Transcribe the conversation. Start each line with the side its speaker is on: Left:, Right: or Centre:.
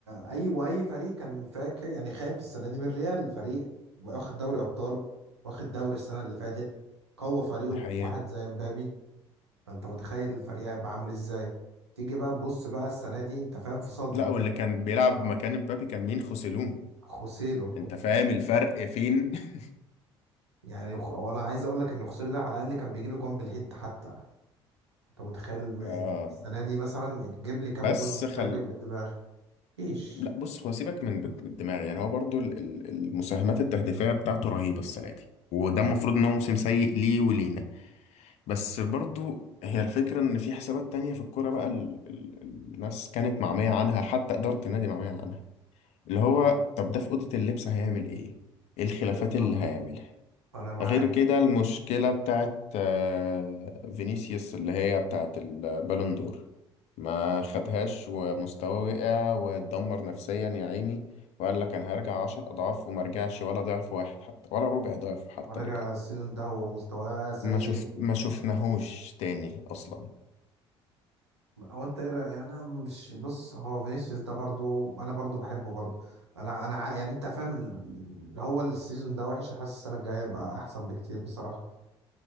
Right: اي واي فريق كان فاكر يعني خايف السنه دي من الريال فريق واخد دوري ابطال واخد دوري السنه اللي فاتت قوى فريقه
Left: دي حقيقه
Right: بواحد زي مبابي فانت متخيل الفريق هيبقى عامل ازاي تيجي بقى تبص بقى السنه دي انت فاهم في صدمه
Left: لا واللي كان بيلعب
Right: اه
Left: مكان امبابي كان مين خوسيلون
Right: خوسيلو
Left: انت فاهم الفرق فين <laughs>
Right: يعني خ- وانا عايز اقول لك ان خسوري ده على الاقل كان بيجيب جوان بالهيد حتى انت متخيل م-
Left: اه
Right: السنه دي مثلا جيب لي كام
Left: بس
Right: جون
Left: خل
Right: سجل بالدماغ مفيش
Left: لا بص هو سيبك من بت- الدماغ يعني هو برضو ال- ال- المساهمات التهديفيه بتاعته رهيبه السنه دي وده المفروض ان هو موسم سيء ليه ولينا بس برضو هي الفكره ان في حسابات تانية في الكوره بقى ال... ال... الناس كانت معميه عنها حتى اداره النادي معميه عنها اللي هو طب ده في أوضة اللبس هيعمل إيه؟ إيه الخلافات
Right: بالظبط
Left: اللي هيعملها؟
Right: انا معاك
Left: غير كده المشكلة بتاعت آه، فينيسيوس اللي هي بتاعت البالون دور ما خدهاش ومستواه وقع واتدمر نفسيا يا عيني وقال لك أنا هرجع عشر أضعاف وما رجعش ولا ضعف واحد حتى ولا ربع ضعف حتى
Right: مراجع
Left: رجع
Right: السيزون ده هو مستواه سيء
Left: ما شفت ما شفناهوش تاني أصلا
Right: او انت ايه رأيك؟ يعني انا مش بص هو فينيسيوس ده برضو انا برضو بحبه برضو انا انا ع- يعني انت فاهم ال- هو السيزون ده وحش حاسس السنه الجايه يبقى احسن بكتير بصراحه